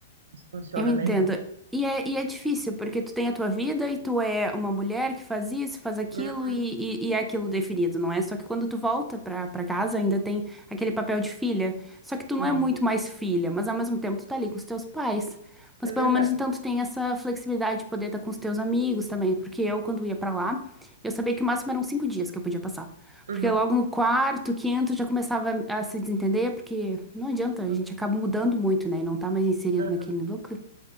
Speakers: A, on the right; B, in the centre.
A: Isso funciona
B: Eu entendo.
A: melhor.
B: E é, e é difícil, porque tu tem a tua vida e tu é uma mulher que faz isso, faz aquilo
A: Uhum,
B: e, e, e é aquilo definido, não é? Só que quando tu volta pra, pra casa ainda tem aquele papel de filha. Só que tu
A: sim,
B: não é muito mais filha, mas ao mesmo tempo tu tá ali com os teus pais. Mas
A: é verdade.
B: pelo menos então tu tem essa flexibilidade de poder estar com os teus amigos também, porque eu, quando ia pra lá, eu sabia que o máximo eram cinco dias que eu podia passar.
A: Uhum,
B: Porque logo no quarto, quinto, já começava a se desentender, porque não adianta, a
A: uhum,
B: gente acaba mudando muito, né? E não tá mais inserido
A: ah,
B: naquele núcleo.